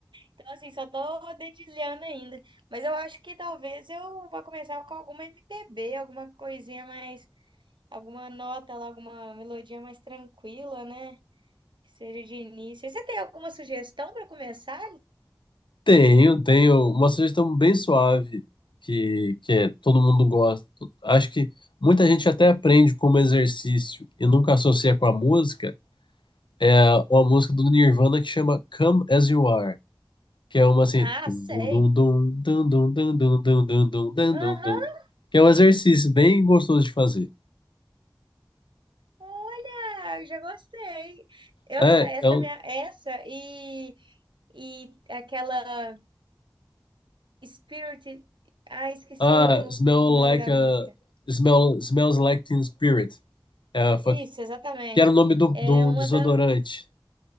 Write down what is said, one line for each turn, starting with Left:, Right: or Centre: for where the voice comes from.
Right: Então, assim, só tô dedilhando ainda. Mas eu acho que talvez eu vá começar com alguma MPB, alguma coisinha mais alguma nota lá, alguma melodia mais tranquila, né? Que seja de início. Você tem alguma sugestão para começar?
Left: Tenho, tenho uma sugestão bem suave que, que é- todo mundo gosta. Acho que muita gente até aprende como exercício e nunca associa com a música. É uma música do Nirvana que chama Come As You Are, que é uma assim,
Right: Ah,
Left: dum,
Right: sei.
Left: dum, dum, dum, dum, dum, dum, dum, dum, dum, dum,
Right: Aham,
Left: dum, dum, dum, que é um exercício bem gostoso de fazer.
Right: olha, eu já gostei. Essa,
Left: É,
Right: essa
Left: é o.
Right: minha, essa e e aquela Spirit. Ah, esqueci
Left: Ah,
Right: o,
Left: Smell
Right: o nome
Left: Like
Right: da
Left: a.
Right: música.
Left: Smell, smells Like Teen Spirit. É, foi,
Right: Isso, exatamente.
Left: que era o nome do-
Right: É
Left: de um
Right: uma
Left: desodorante.
Right: da